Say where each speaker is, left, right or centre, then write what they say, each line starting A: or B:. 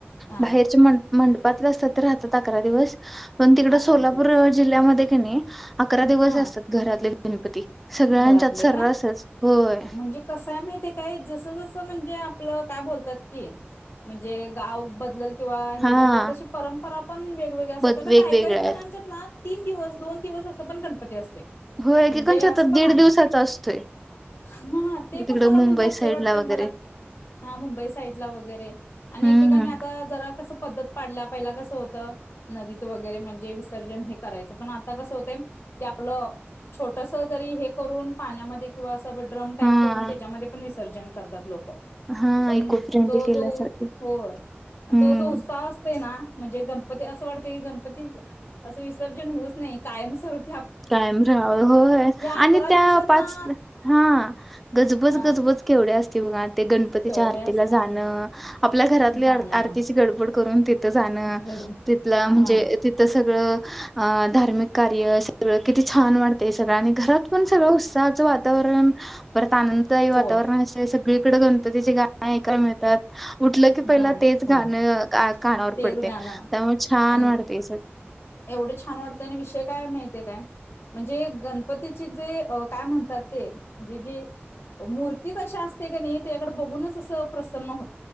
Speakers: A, on the left (about 60°); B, in the centre.
A: हा
B: बाहेरचे म मंडपातलं असतात ते राहतात अकरा दिवस पण तिकड
A: अकरा
B: सोलापूर
A: दिवस
B: जिल्ह्यामध्ये क नाही अकरा दिवस
A: हा
B: असतात घरातले गणपती सगळ्यांच्यात
A: घरातले
B: सर्रासच
A: काय
B: होय
A: म्हणजे कसाय मा ते काय जस म्हणजे आप काय बतात क म्हणजे गा बल किंवा हे
B: हा
A: बदल तशी परंपरा पण वेगवेगळे असत
B: बद
A: आता
B: वेगवेगळ्या
A: काय काहीच जणांच्यात
B: आहेत
A: ना तीन दिवस दोन दिवस असं पण गणपती असतोय
B: होय
A: म्हणजे
B: की कोणच्या
A: असं
B: तर
A: पण
B: दीड
A: आहे
B: दिवसाचा असतोय
A: हा ते
B: तिकड
A: पण मला
B: मुंबई
A: म्हणजे आश्चर्य
B: साईड
A: वाटते
B: ला वगैरे
A: मला हा मुंबई साईड ला वगैरे आणि
B: हम्म
A: एकेकाने आता जरा कस पद्धत पाडल्या पहिला कस होत नदीच वरे म्हणजे विसर्जन हे करायच पण आता कसं होत की आपलं छो छोटस जरी हे करून पाण्यामध्ये किंवा असं ड्रम टाईप
B: हा
A: करून त्याच्यामध्ये पण विसर्जन करतात लोक
B: हा
A: पण
B: इको फ्रेंडली
A: तो
B: केल्यासारखं
A: जो होय आणि
B: हम्म
A: तो जो उत्साह असते ना म्हणजे गणपती असं वाटत की गणपती असं विसर्जन होऊच नाही कायम स्वरूप
B: कायम राहाव होय
A: अकरा
B: आणि त्या
A: दिवसात
B: पाच
A: ना
B: हा गजबज
A: हा
B: गजबज केवढ्या असते बघ ते गणपतीच्या
A: केवढ्या
B: आरतीला
A: असत्या
B: जाणं
A: म्हणजे
B: आपल्या घरातल्या
A: जाणं
B: आर आरतीची गडबड करून तिथं जाणं
A: गड
B: तिथला
A: हा
B: म्हणजे तिथ सगळं अ धार्मिक कार्य सगळं किती छान वाटत ते सगळं आणि घरात पण सगळं उत्साहाचं वातावरण परत आनंददायी वातावरण
A: होय
B: असते सगळीकडे गणपतीचे गाणे ऐकायला मिळतात उठलं की पहिला
A: गाणं
B: तेच
A: होय
B: गाण का कानावर
A: तेच
B: पडते
A: गाणं
B: त्यामुळे छान
A: आणि
B: वाटते
A: एवढे छान वाटते आणि विषय काय माहतीय काय म्हणजे गणपतीची जे काय म्हणतात ते म्हजे जे मूर्ती कशा असते का नाही तु याकडे बघूनच असं प्रसन्न होत